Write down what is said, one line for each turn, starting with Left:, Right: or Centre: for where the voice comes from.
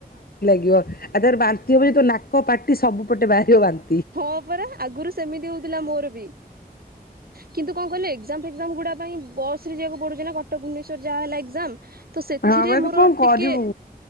Left: ଇଅ, ଆଉ ତାର ବାନ୍ତିି ହବ ତ ନାକ ପାଟି ସବୁପଟେ ବାହାରିବ ବାନ୍ତ
Right: ହଁ ପରା ଆଗରୁ ସେମିତି ହଉଥିଲା ମୋର ବି। କିନ୍ତୁ କଣ କହିଲ, ଏକ୍ଜାମ ଫେକ୍ଜାମ ଗୁଡା ପାଇଁ ବସ ରେ ଯିବାକୁ ପଡୁଚି ନା କଟକ ଭୁବନେଶ୍ୱର ଯାହା ହେଲା ଏକ୍ଜାମ। ତ ସେଥିରେ
Left: ହଁ ବା
Right: ମୋର
Left: ତୁ କଣ କରିବୁ
Right: ଟିକେ,